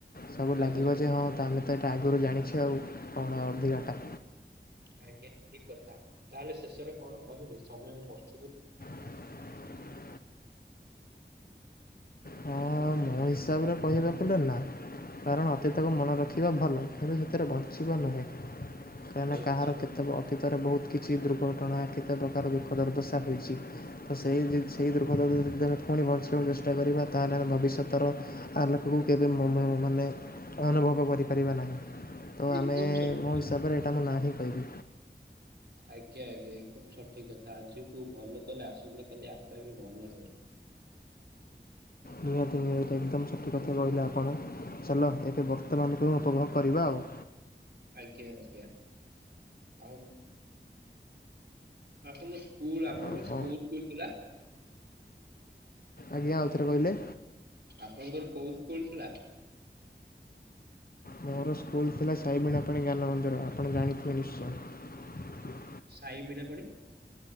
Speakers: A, on the left (about 50°); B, on the right (about 65°).
A: ସବୁ
B: ଆଜ୍ଞା
A: ଲାଗିବ ଯେ ହଁ ତ ଆମେ ତ ଏଇଟା ଆଗରୁ ଜାଣିଛି ଆଉ କଣ ଅଧିକାଟା।
B: ଆଜ୍ଞା ଠିକ କଥା, ତାହେଲେ ଶେଷରେ କଣ କହିବେ ସମୟକୁ ପଛକୁ
A: <inaudible> ହଁ ମୋ ହିସାବରେ କହିବାକୁ ଗଲେ ନା। କାରଣ ଅତୀତକୁ ମନେ ରଖିବା ଭଲ, କିନ୍ତୁ ସେଥିରେ ବଞ୍ଚିବା ନୁହେଁ। କାହିଁକ ନା
B: ଏକଦମ
A: କାହାର କେତେ, ଅତୀତରେ ବହୁତ କିଛି ଦୁର୍ଘଟଣା, କେତେ ପ୍ରକାର ଦୁଃଖ ଦୁର୍ଦଶା ହୋଇଛି, ତ ସେ ତ ସେଇ ଦୁଃଖ ଦୁର୍ଦଶା ଯେ ପୁଣି ବଞ୍ଚିବାକୁ ଚେଷ୍ଟା କରିବା। ତାହେଲେ ଆମେ ଭବିଷ୍ୟତର ଆଲୋକକୁ କେବେ ମନୋ ମାନେ ଅନୁଭବ କରିପାରିବା ନାହିଁ। ତ
B: ଏକଦମ
A: ଆମେ
B: ସଠିକ।
A: ମୋ ହିସାବରେ, ଏଇଟା ମୁଁ ନା ହିିଁ କହିବି।
B: ଆଜ୍ଞା ଆଜ୍ଞା, ଏକଦମ ସଠିକ କଥା ଆଜିକୁ ଭଲ କଲେ, ଆସନ୍ତା କାଲି ଆପେ ଆପେ ଭଲ ହବ।
A: ନିହାତି ନିହାତି ଏକଦମ ସଠିକ କଥା କହିଲେ ଆପଣ, ଚାଲ ଏବେ ବର୍ତ୍ତମାନକୁ ଉପଭୋଗ କରିବା ଆଉ। <inaudible>
B: ଆଜ୍ଞା ଆଜ୍ଞା, ଆଉ? ଆପଣଙ୍କ ସ୍କୁଲ, ଆପଣଙ୍କ
A: ଆଉ
B: ପା ସ୍କୁଲ୍
A: କ'ଣ
B: ଫୁଲ ଥିଲା?
A: ଆଜ୍ଞା ଆଉ ଥରେ କହିଲେ?
B: ଆପଣଙ୍କର କୋଉ ସ୍କୁଲ୍ ଥିଲା?
A: ମୋର ସ୍କୁଲ ଥିଲା ସାଇବିଣାପାଣି ଜ୍ଞାନ ମନ୍ଦିର ଆପଣ ଜାଣିଥିବେ ନିଶ୍ଚୟ।
B: ସାହି ବିନା ପାଣି!